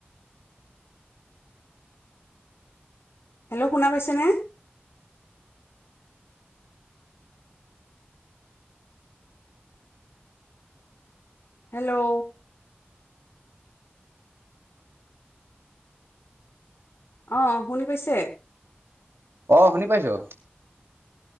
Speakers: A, on the left; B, on the right.
A: hello শুনা পাইছেনে হেল্ল' অ শুনি পাইছে।
B: অ শুনি পাইছো